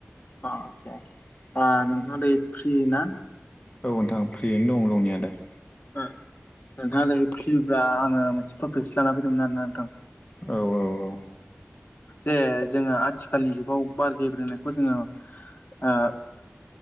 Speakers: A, on the left (about 45°); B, on the left (about 30°).
A: अ आचसा नोंथाङा दैै फ्रि ना?
B: औ नोंथां फ्रियैनो दं दंनियाालाय।
A: नोंथाङा दै फियोब्ला आङो मोनसे टपिकसो लाना फैदोंमोन आरोना नोंथां।
B: औ औ औ।
A: जे जोङो आथि खालनि जुगाव बार गेब्रेनायखौ जोङो ओ